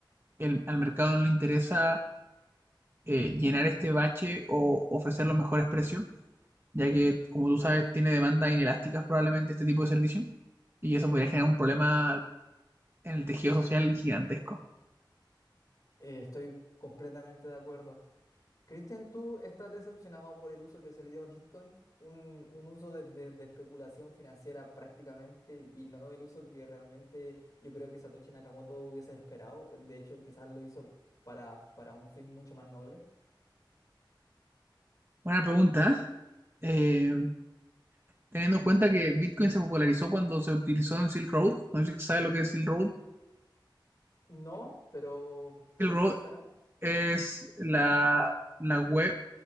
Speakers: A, on the right; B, on the left.
A: el- al mercado no le interesa eh, llenar este bache o ofrecer los mejores precios, ya que, como tú sabes, tiene demandas inelásticas probablemente este tipo de servicio y eso podría generar un problema en el tejido social gigantesco.
B: Eh, estoy completamente de acuerdo. Cristian, ¿tú estás decepcionado por el uso que se le dio a Bitcoin? Un, un uso de, de- de especulación financiera prácticamente y no el uso que realmente yo creo que Satoshi Nakamoto hubiese esperado. De hecho, quizás lo hizo para, para un fin mucho más noble.
A: Buena pregunta. ¿eh? Eh, teniendo en cuenta que Bitcoin se popularizó cuando se utilizó en Silk Road. No sé si sabes lo que es Silk Road.
B: No, pero, pero
A: Silk Road
B: sí me suena.
A: es la, la web